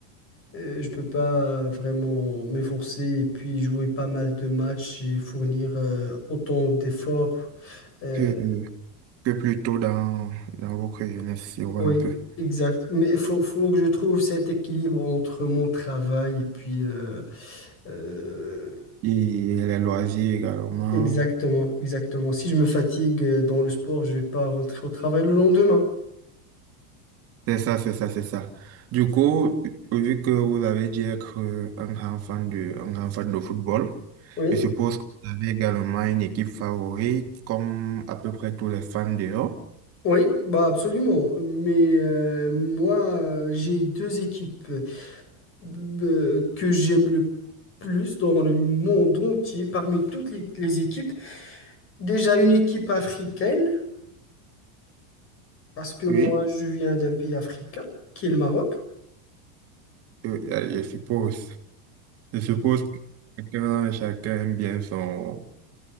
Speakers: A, on the left (about 30°); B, on the right (about 35°).
A: euh, je peux pas vraiment m'efforcer et puis jouer pas mal de matchs et fournir euh, autant d'efforts. euh,
B: que, que plutôt dans, dans votre jeunesse, si on
A: Oui,
B: veut un peu.
A: exact. Mais il faut, faut que je trouve cet équilibre entre mon travail et puis... euh, euh,
B: Et les loisirs également.
A: exactement, exactement. Si je me fatigue euh, dans le sport, je vais pas rentrer au travail le lendemain.
B: C'est ça, c'est ça, c'est ça. Du coup, vu que vous avez dit être euh, un grand fan de, un grand fan de football,
A: Oui,
B: je suppose que vous avez également une équipe favorite, comme à peu près tous les fans dehors.
A: oui, bah absolument. Mais euh, moi, euh, j'ai deux équipes euh, que j'aime le plus dans le monde entier, parmi toutes les, les équipes. Déjà une équipe africaine, parce que moi,
B: Oui,
A: je viens d'un pays africain, qui est le Maroc.
B: Euh, euh, je, suppose. Je suppose que chacun, chacun aime bien son,